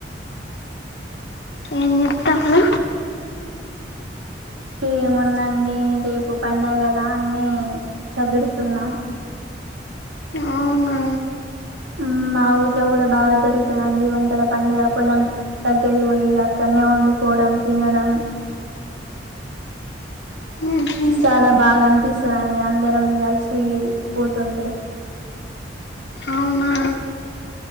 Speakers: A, on the left (about 65°); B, on the right (about 85°).
A: ఎం చేస్తాళ్ళు
B: ఏముందండి రేపు పండగా కదా అన్ని చదురుతున్నా,
A: అవునా
B: ఉమ్ మా ఊర్లో కూడా బాగా జరుగుతదండి వంటల పండగ పొలం దగ్గరి పోయి అక్కడనే వండుకోవడం తినడం
A: మ్మ్ హ్మ్
B: చాలా బాగా అనిపిస్తది అండీ అందరం కలిసి పోతుంటే
A: అవునా